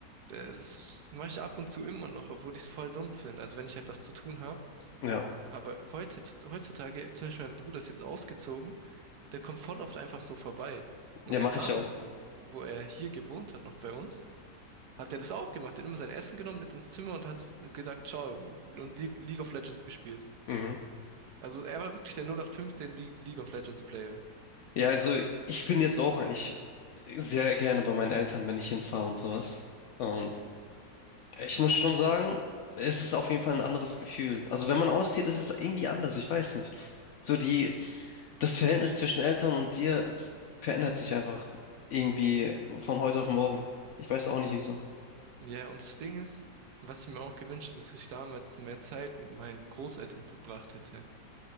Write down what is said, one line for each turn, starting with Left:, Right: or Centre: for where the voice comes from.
Right: Äh, Das mache ich ab und zu immer noch, obwohl ich es voll dumm finde. Also wenn ich halt was zu tun habe.
Left: Ja,
Right: Aber heute, heutzutage, zum Beispiel mein Bruder ist jetzt ausgezogen, der kommt voll oft einfach so vorbei. Und
Left: ja, mache
Right: der damals,
Left: ich auch.
Right: wo, wo wo er hier gewohnt hat, noch bei uns, hat der das auch gemacht. Der hat immer sein Essen genommen mit ins Zimmer und hat gesagt, ciao, und Le League of Legends gespielt.
Left: Mhm.
Right: Also er war wirklich der 0815 Le League of Legends Player.
Left: Ja, also ich bin jetzt auch eigentlich sehr gerne bei meinen Eltern, wenn ich hinfahre und sowas. Und ich muss schon sagen, es ist auf jeden Fall ein anderes Gefühl. Also wenn man auszieht, ist es irgendwie anders. Ich weiß nicht. So die das Verhältnis zwischen Eltern und dir, das verändert sich einfach irgendwie von heute auf morgen. Ich weiß auch nicht wieso.
Right: Ja, und das Ding ist, was ich mir auch gewünscht hätte, dass ich damals mehr Zeit mit meinen Großeltern verbracht hätte.